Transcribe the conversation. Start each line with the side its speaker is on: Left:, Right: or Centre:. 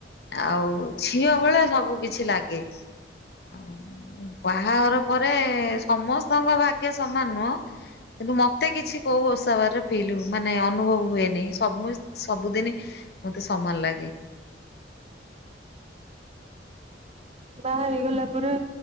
Left: ଆଉ ଝିଅ ଭଳିଆ ସବୁ କିଛି ଲାଗେ। ଆ ବାହାଘର ପରେ ସମସ୍ତଙ୍କ ଭାଗ୍ୟ ସମାନ ନୁହଁ। କିନ୍ତୁ ମତେ କିଛି କୋଉ ଓସାବାର ଫିଲ୍ ମାନେ ଅନୁଭବ ହୁଏନି ସ ସବୁଦିନି ମତେ ସମାନ ଲାଗେ।
Right: ବାହା ହେଇଗଲା ପରେ